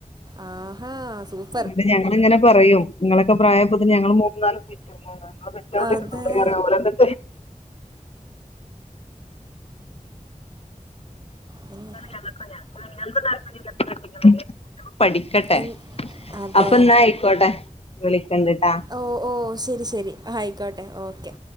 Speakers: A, on the right; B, on the left.
A: ആഹ് ഹാ സൂഫ്
B: ന്ന്ട്ട് ഞങ്ങള്ങ്ങനെ പറയും ങ്ങളൊക്കെ പ്രായാപത്ത്ന് ഞങ്ങള് മൂന്ന് നാല് പെറ്റുക്കു ആഹ് ങ്ങൾ പെറ്റവ്ടെ
A: അതെ
B: ഇര്ന്നോളി പറേം ഓലെന്ന്ട്ട്
A: പിന്നെ
B: ഞങ്ങക്കുങ്ങ്നാ അഹ് ഞങ്ങ്ക്ക് താല്പര്യല്പ്പ്പം കെട്ടിക്ക്ണേന് പഠിക്കട്ടെ
A: എൻ അതെ
B: അപ്പന്നായ്ക്കോട്ടെ വിളിക്കൺണ്ട്ട്ടാ
A: ഓഹ് ഓഹ് ശെരി ശെരി ആയ്ക്കോട്ടെ ഓക്കെ